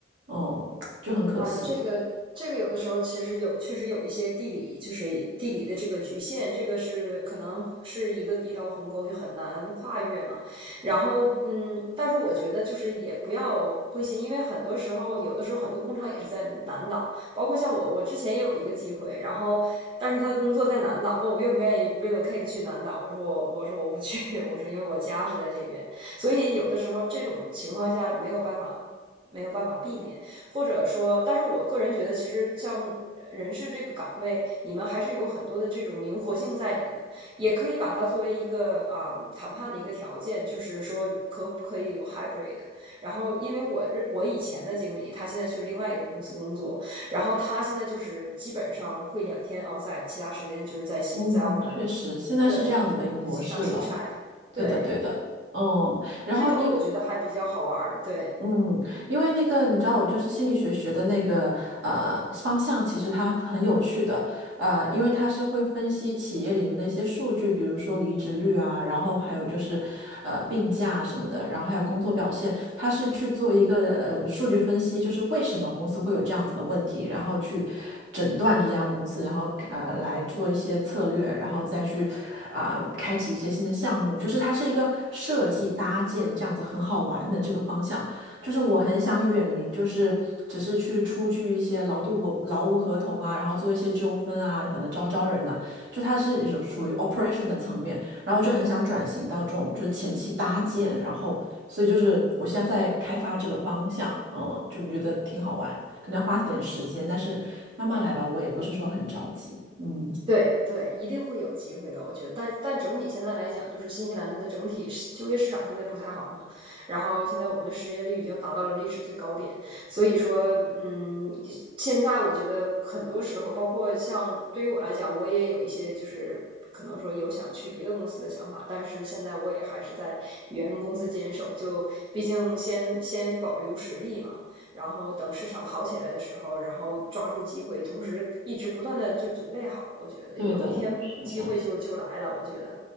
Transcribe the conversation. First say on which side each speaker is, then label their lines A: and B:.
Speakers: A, on the right; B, on the right.
A: 嗯，就很可惜。
B: 啊，这个这个有的时候其实有，确实有一些地理，就是地理的这个局限，这个是可能是一个一道鸿沟，就很难跨越嘛。然后，嗯，但是我觉得就是也不要灰心，因为很多时候，有的时候很多工厂也是在南岛，包括像我，我之前也有一个机会，然后但是他的工作在南岛，问我愿不愿意 relocate 去南岛，我说我我说我不去，<laughs> 我说因为我家是在这边，所以有的时候这种情况下没有办法没有办法避免。或者说，但是我个人觉得，其实像人事这个岗位，你们还是有很多的这种灵活性在里的，也可以把它作为一个啊、嗯谈判的一个条件，就是说可不可以有 hybrid。然后，因为我认我以前的经理，他现在去另外一个公司工作，然后他现在就是基本上会两天 onsite，其他时间就是在西在奥克兰的，
A: 嗯确实，现在是这样子的一个模式了。
B: 对，就经常出差，
A: 对的，
B: 对，
A: 对的，嗯。然后一。
B: 这种我觉得还比较好玩儿，对。
A: 嗯，因为那个你知道，我就是心理学学的那个呃方向，其实它很有趣的，呃，因为它是会分析企业里面的一些数据，比如说离职率啊，然后还有就是呃病假什么的，然后还有工作表现，它是去做一个呃数据分析，就是为什么公司会有这样子的问题，然后去诊断这家公司，然后呃来做一些策略，然后再去啊、开启一些新的项目，就是它是一个设计搭建这样子很好玩的这个方向。就是我很想远离，就是只是去出具一些劳动我劳务合同啊，然后做一些纠纷啊，可能招招人呐、就它是有属于 operation 的层面，然后我就很想转型到这种就是前期搭建，然后所以就是我现在在开发这个方向，嗯，就我觉得挺好玩，可能要花点时间，但是慢慢来吧，我也不是说很着急，嗯，
B: 对对，一定会有机会的，我觉得。但但整体现在来讲，就是新西兰的整体市就业市场现在不太好嘛，然后现在我们的失业率已经达到了历史最高点，所以说，嗯，现在我觉得很多时候，包括像对于我来讲，我也有一些就是可能说有想去别的公司的想法，但是现在我也还是在原公司坚守，就毕竟先先保留实力嘛。然后等市场好起来的时候，然后抓住机会，同时一直不断的就准备好。我觉得有一天机会就就来了。
A: 对的，是这样子，
B: 我觉得，